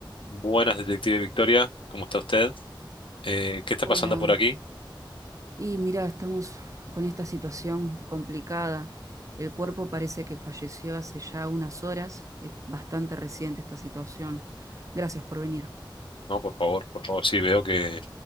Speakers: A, on the left; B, on the right.
A: Buenas, detective Victoria, ¿cómo está usted? Eh, ¿qué está
B: Hola,
A: pasando por aquí?
B: y mira, estamos con esta situación complicada. El cuerpo parece que falleció hace ya unas horas. Es bastante reciente esta situación. Gracias por venir.
A: No, por favor, por favor, sí, veo que